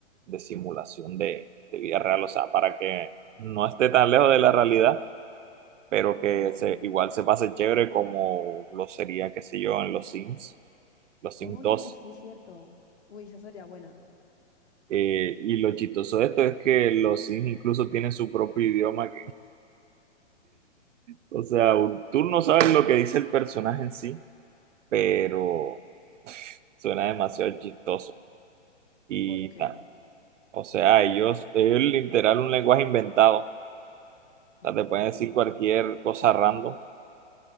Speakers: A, on the right (about 85°); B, on the left (about 60°).
A: de simulación de, de vida real, o sea, para que no esté tan lejos de la realidad, pero que
B: Ok.
A: se, igual se pase chévere como lo sería, qué sé yo, en los Sims, los Sims
B: Óyeme,
A: dos.
B: sí, cierto. Uy, esa sería buena.
A: Eh, y lo chistoso de esto es que los Sims incluso tienen su propio idioma O sea, tú no sabes lo que dice el personaje en sí, pero suena demasiado chistoso. Y
B: ¿Por qué?
A: ta. O sea, ellos, ellos literal un lenguaje inventado. O
B: Ok.
A: sea, te pueden decir cualquier cosa random